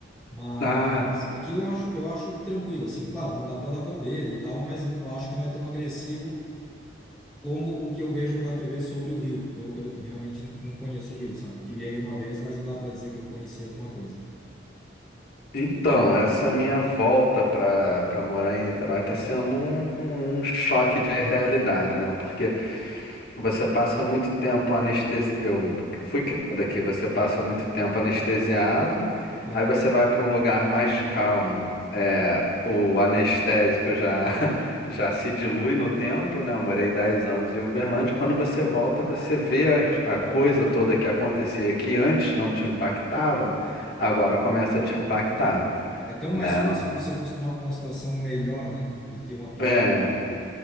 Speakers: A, in the centre; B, on the left.
A: Mas
B: Ah,
A: aqui eu acho, eu acho tranquilo, assim. Claro, não dá para dar bobeira e tal, mas eu acho que não é tão agressivo como o que eu vejo na TV sobre o Rio, porque eu, eu realmente não conheço o Rio, sabe? Tive aí uma vez, mas não dá para dizer que eu conheci alguma coisa.
B: Então, essa minha volta para para morar em Niterói está sendo um, um choque de realidade, né? Porque você passa muito tempo anestesiado. Eu fui criado aqui, você passa muito tempo anestesiado,
A: Aham.
B: aí você vai para um lugar mais calmo. É, o anestésico já, <laughs> já se dilui no tempo, né? Eu morei 10 anos em Uberlândia. Quando você volta, você vê a, a coisa toda que acontecia que antes não te impactavam, agora começa a te impactar
A: É tão
B: né?
A: mais fácil tu se acostumar com uma situação melhor, né? Do que uma pior.
B: É,